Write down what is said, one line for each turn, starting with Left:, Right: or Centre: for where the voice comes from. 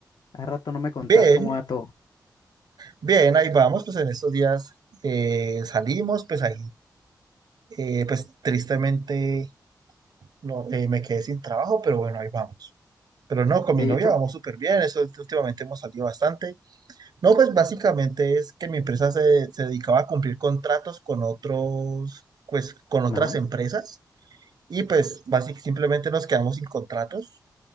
Left: Hace rato no me contás
Right: bien,
Left: cómo va todo.
Right: bien, ahí vamos, pues en estos días eh, salimos, pues ahí, eh, pues tristemente no, eh, me quedé sin trabajo, pero bueno, ahí vamos. Pero no, con
Left: ¿Ve
Right: mi novia
Left: y eso?
Right: vamos súper bien, eso últimamente hemos salido bastante. No, pues básicamente es que mi empresa se, se dedicaba a cumplir contratos con otros, pues con otras
Left: Ajá.
Right: empresas. Y pues básicamente simplemente nos quedamos sin contratos.